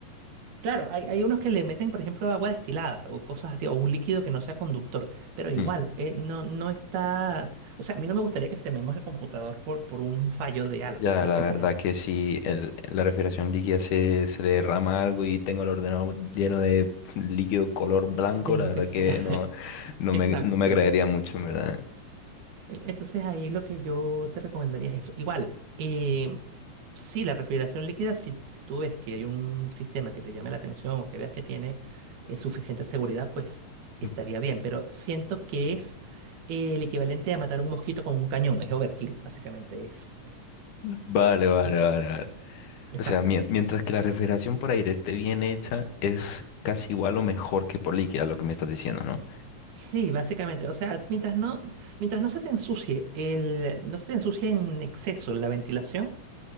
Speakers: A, on the right (about 75°); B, on the left (about 75°).
A: Claro, hay, hay unos que le meten, por ejemplo, agua destilada o cosas así, o un líquido que no sea conductor, pero igual,
B: <laughs>
A: eh, no, no está... O sea, a mí no me gustaría que sememos el computador por, por un fallo de algo,
B: Ya,
A: <laughs> básicamente.
B: la verdad que si la refrigeración líquida se, se le derrama algo y tengo el ordenador lleno de líquido color blanco,
A: De lo
B: la verdad
A: que sea.
B: que
A: <laughs>
B: no, no
A: Exacto.
B: me, no me agradaría mucho, en ¿verdad?
A: Entonces ahí lo que yo te recomendaría es eso. Igual, eh, sí, la refrigeración líquida, si, si tú ves que hay un sistema que te llame la atención o que veas que tiene eh, suficiente seguridad, pues estaría
B: <laughs>
A: bien. Pero siento que es eh, el equivalente a matar un mosquito con un cañón. Es overkill, básicamente es.
B: Vale, vale,
A: Sí.
B: vale, vale.
A: Exacto.
B: O sea, mien- mientras que la refrigeración por aire esté bien hecha, es casi igual o mejor que por líquida, lo que me estás diciendo, ¿no?
A: Sí, básicamente. O sea, mientras no, mientras no se te ensucie el, no se te ensucie en exceso la ventilación.